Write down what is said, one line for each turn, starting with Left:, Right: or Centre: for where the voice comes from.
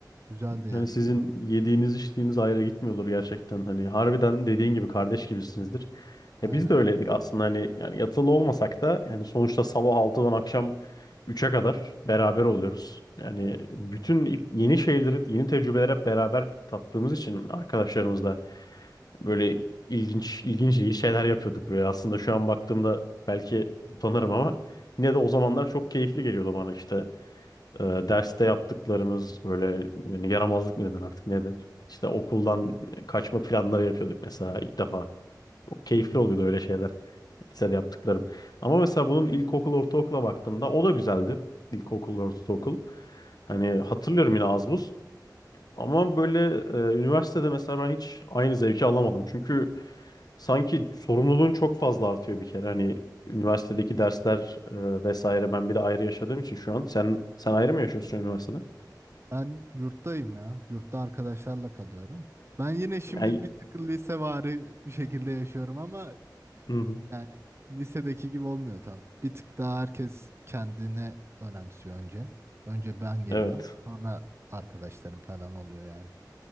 Right: Güzeldi yani.
Left: Hani sizin yediğiniz içtiğiniz ayrı gitmiyordur gerçekten. Hani harbiden dediğin gibi kardeş gibisinizdir.
Right: Aynen.
Left: Ya biz de öyleydik aslında hani yani yatılı olmasak da yani sonuçta sabah altıdan akşam üçe kadar beraber oluyoruz. Yani bütün ilk- yeni şeyleri, yeni tecrübeler hep beraber tattığımız için arkadaşlarımızla böyle ilginç ilginç ilginç şeyler yapıyorduk böyle. Aslında şu an baktığımda belki utanırım ama yine de o zamanlar çok keyifli geliyordu bana işte e, derste yaptıklarımız böyle yani yaramazlık mı denir artık nedir? İşte okuldan kaçma planları yapıyorduk mesela ilk defa. Çok keyifli
Right: Hı.
Left: oluyordu öyle şeyler. Lisede yaptıklarım. Ama mesela bunun ilkokul, ortaokula baktığımda o da güzeldi. İlkokul, ortaokul. Hani hatırlıyorum yine az buz. Ama böyle e, üniversitede mesela ben hiç aynı zevki alamadım. Çünkü sanki sorumluluğun çok fazla artıyor bir kere. Hani üniversitedeki dersler e, vesaire ben bir de ayrı yaşadığım için şu an. Sen sen ayrı mı yaşıyorsun üniversitede?
Right: Ben yurttayım ya. Yurtta arkadaşlarla kalıyorum. Ben yine şimdi
Left: Yani,
Right: bir tık lisevari bir şekilde yaşıyorum ama
Left: hı hı.
Right: yani lisedeki gibi olmuyor tam. Bir tık daha herkes kendine önemsiyor önce. Önce ben geliyorum.
Left: Evet.
Right: Sonra arkadaşlarım falan oluyor yani.